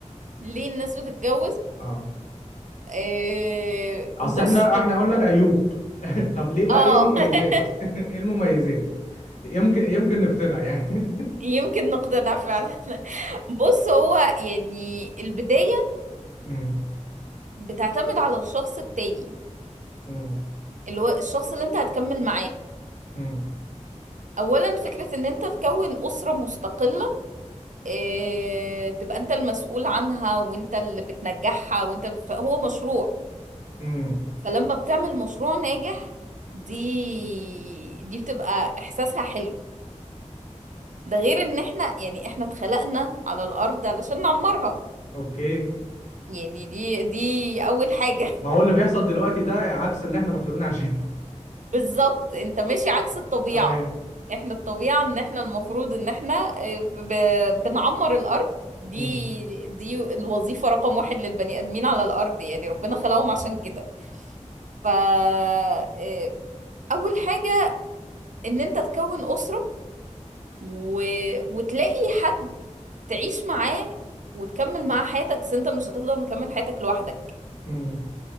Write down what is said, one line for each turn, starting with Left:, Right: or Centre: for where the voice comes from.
Right: ليه الناس بتتجوز
Left: اه
Right: آه
Left: اصل
Right: بص
Left: احنا احنا قلنا العيوب <laughs> طب ليه بقى
Right: اه
Left: ايه المميزات
Right: <laughs>
Left: <laughs> ايه المميزات يمكن يمكن نقتنع يعني <laughs>
Right: يمكن نقتنع فعلا <laughs> بص هو يعني البداية
Left: أمم،
Right: بتعتمد على الشخص التاني
Left: أمم،
Right: اللي هو الشخص اللي انت هتكمل معاه
Left: أمم،
Right: اولا فكرة ان انت تكون اسرة مستقلة اه تبقى انت المسؤول عنها وانت اللي بتنجحها وانت اللي بتف... هو مشروع
Left: أمم.
Right: فلما بتعمل مشروع ناجح دي دي بتبقى احساسها حلو ده غير ان احنا يعني احنا اتخلقنا على الارض علشان نعمرها
Left: اوكي
Right: يعني دي دي اول حاجة
Left: ما هو اللي بيحصل دلوقتي ده عكس اللي احنا مخلوقين عشانه
Right: بالظبط انت ماشي عكس الطبيعة
Left: <laughs> اي اوكي
Right: احنا الطبيعة ان احنا المفروض ان احنا آه، ب... بنعمر الارض دي
Left: أمم،
Right: دي الوظيفة رقم واحد للبني ادمين على الارض يعني ربنا خلقهم عشان كده ف آه، اول حاجة ان انت تكون اسرة و... وتلاقي حد تعيش معاه وتكمل معاه حياتك بس انت مش هتفضل مكمل حياتك لوحدك
Left: أمم،